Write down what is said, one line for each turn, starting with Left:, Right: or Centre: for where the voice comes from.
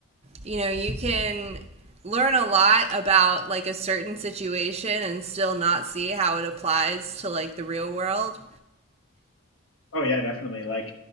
Right: you know you can learn a lot about like a certain situation and still not see how it applies to like the real world.
Left: Oh yeah, definitely. Like,